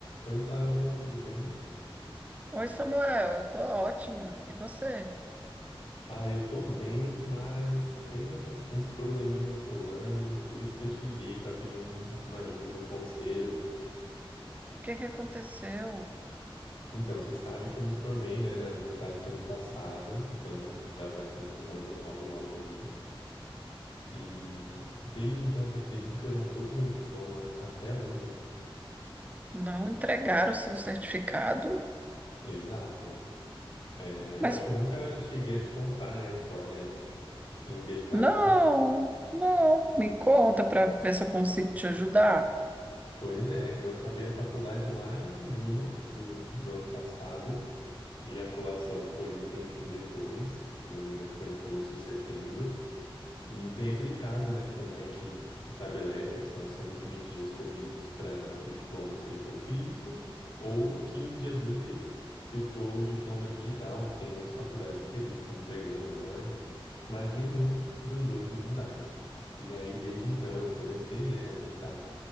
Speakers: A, on the left; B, on the right.
A: Oi, Flávia, tudo bem?
B: Oi, Samuel, eu tô ótima. E você?
A: Ah, eu tô bem, mas tem uns, uns probleminhas rolando, por isso que eu te liguei para pedir um- uma ajuda, um conselho.
B: O que que aconteceu?
A: Então, você sabe que eu me formei, né, na metade do ano passado, então já vai fazer um ano logo, logo aí. E desde então, você acredita que eu não tô com meu diploma até hoje?
B: Não entregaram o seu certificado?
A: Exato. É,
B: Mas
A: eu acho que eu nunca cheguei a te contar, né, a história em detalhes.
B: não, não. Me conta para ver se eu consigo te ajudar.
A: Pois é, eu acabei a faculdade lá em junho do, do ano passado e a colação foi um tempinho depois, se eu não me engano, foi no começo de setembro. E tem aquele prazo, né, que o MEC estabelece, que são 120 dias corridos para o diploma se ele for físico, ou 15 dias úteis se for o diploma digital, que tem muitas faculdades integra- entregando agora, mas nenhum dos dois me mandaram. E aí, desde então, eu comecei, né, a tentar